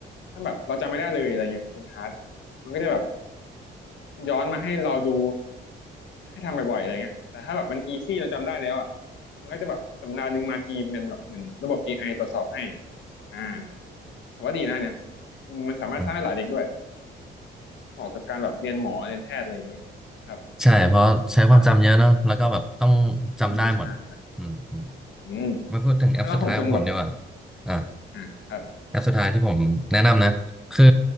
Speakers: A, on the left; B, in the centre.
A: ถ้าแบบเราจำไม่ได้เลยอะไรเงี้ยเป็น hard มันก็จะแบบย้อนมาให้เราดูให้ทำบ่อยๆอะไรเงี้ยแต่ถ้าแบบมัน easy เราจำได้แล้วอ่ะมันก็จะแบบสัปดาห์หนึ่งมาทีเป็นแบบเหมือนระบบ AI ตรวจสอบให้อ่าผมว่าดีนะเนี่ยอืมมันสามารถสร้างได้หลายเด็กด้วย
B: อืม
A: เหมาะกับการแบบเรียนหมอเรียนแพทย์อะไรอย่างนี้ครับ
B: ใช่เพราะใช้ความจำเยอะเนอะแล้วก็แบบต้องจำได้หมดอ่ะอืมอืม
A: อ่าใช่ใช่อืม
B: มาพูดถึงแอปสุดท้ายของผมดีกว่า
A: แล้วของคุณแบบ
B: อ่ะ
A: อ่าครับ
B: แอปสุดท้ายที่ผมแนะนำนะคือ